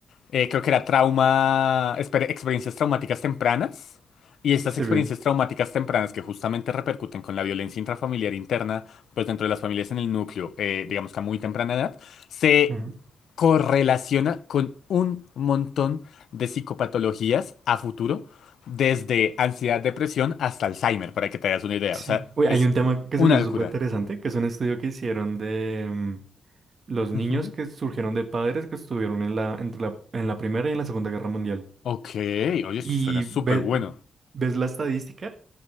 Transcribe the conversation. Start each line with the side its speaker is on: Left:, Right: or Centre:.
Left: eh, creo que era trauma, esper- experiencias traumáticas tempranas. Y estas
Right: sí,
Left: experiencias
Right: bien.
Left: traumáticas tempranas que justamente repercuten con la violencia intrafamiliar interna, pues dentro de las familias en el núcleo, eh, digamos que a muy temprana edad, se
Right: Ujú,
Left: correlaciona con un montón de psicopatologías a futuro, desde ansiedad, depresión hasta Alzheimer, para que te hagas una idea.
Right: Sí.
Left: O sea,
Right: Uy,
Left: es
Right: hay un tema que
Left: una
Right: se me hizo
Left: locura.
Right: súper interesante, que es un estudio que hicieron de mm, los niños
Left: Ujú.
Right: que surgieron de padres que estuvieron en la, entre la, en la Primera y en la Segunda Guerra Mundial.
Left: Ok, oye,
Right: Y
Left: esto suena súper
Right: ve-
Left: bueno.
Right: ves la estadística